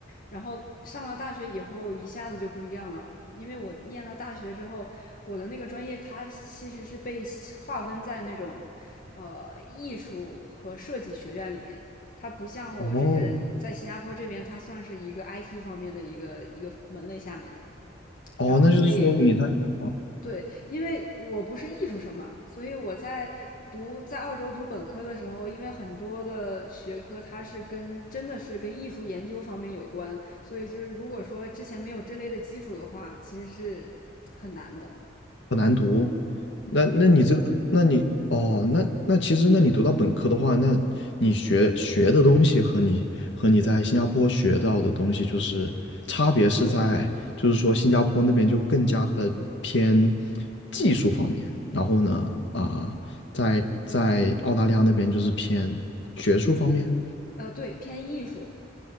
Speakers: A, on the left; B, on the left.
A: 然后上了大学以后，一下子就不一样了，因为我念了大学之后，我的那个专业它其实是被划分在那种呃艺术和设计学院里面，它不像我之前在新加坡这边，
B: 哦，
A: 它算是一个 IT 方面的一个一个门类下面的。
B: 哦，
A: 然后所以
B: 那就是说你在，哦
A: 对，因为我不是艺术生嘛，所以我在读在澳洲读本科的时候，因为很多的学科它是跟真的是跟艺术研究方面有关，所以就是如果说之前没有这类的基础的话，其实是很难的。
B: 很难读。那那你这个，
A: 对，
B: 那你哦，那那其实，那你读到本科的话，那你学学的东西和你和你在新加坡学到的东西，就是差别是在，就是说新加坡那边就更加的偏技术方面，然后呢，啊、在在澳大利亚那边就是偏学术方面，
A: 呃，对，偏艺术。